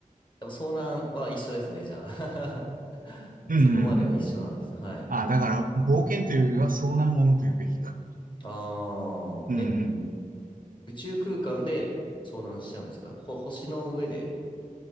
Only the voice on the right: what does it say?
うん、
うん、うん。
ああ、だから、冒険というよりは遭難ものというべきだ。
うん、
うん、うん。